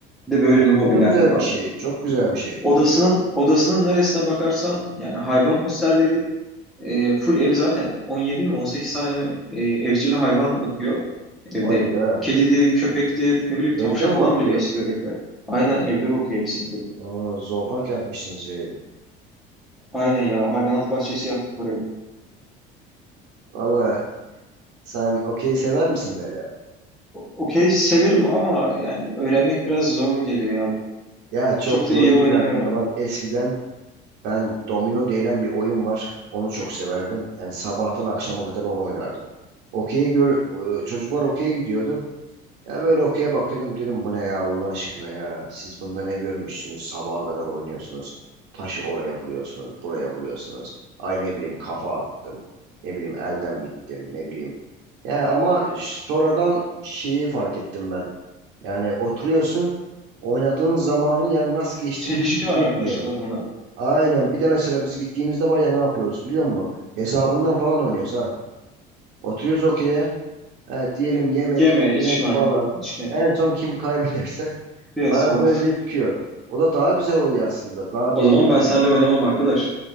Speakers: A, in the centre; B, on the right.
A: Bir de böyle
B: aslında
A: bir hobiler
B: o da güzel
A: de var.
B: bir şey. Çok güzel bir şey.
A: Odasının odasının neresine bakarsan yani hayvan posterleri e, full evi zaten 17 mi 18 tane mi e, evcil hayvan bakıyor evde.
B: Hadi be.
A: Kedidir, köpektir, ne bileyim
B: Evde
A: tavşan
B: mi
A: falan
B: bakıyor?
A: bile besliyor evde. Aynen evde bakıyor hepsini de.
B: Aa, zoopark yapmışsınız şey evi.
A: Aynen ya hayvanat bahçesi yaptık orayı.
B: Valla sen okey sever misin böyle?
A: O- Okey severim ama yani öğrenmek biraz zor geliyor ya.
B: Ya çok
A: Çok
B: zor
A: da iyi
B: değil
A: oynamıyorum.
B: aslında. Bak eskiden ben domino denilen bir oyun var. Onu çok severdim. Yani sabahtan akşama kadar onu oynardım. Okey'e gör, e, çocuklar okey'e gidiyordu. Ya böyle okuya bakıyordum dedim bu ne ya Allah aşkına ya. Siz bunda ne görmüşsünüz? Sabaha kadar oynuyorsunuz. Taşı oraya vuruyorsunuz, buraya vuruyorsunuz. Ay ne bileyim kafa attım. Ne bileyim elden bittim, ne bileyim. Ya ama sonradan şeyi fark ettim ben. Yani oturuyorsun, oynadığın zamanın yani nasıl geçtiğini
A: Çelişki
B: <laughs> hissetmiyorsun.
A: var arkadaşlarımla.
B: Aynen. Bir de mesela biz gittiğimizde var ya ne yapıyoruz biliyor musun? Hesabından falan oynuyoruz ha. Oturuyoruz okey e, diyelim yemek,
A: Yeme,
B: içmek
A: içme,
B: falan.
A: içme,
B: En son kim kaybederse
A: biraz
B: parasını
A: falan.
B: ödeye çıkıyor. O da daha güzel oluyor aslında. Daha
A: O
B: bir
A: zaman ben seninle
B: yani
A: oynamam arkadaş.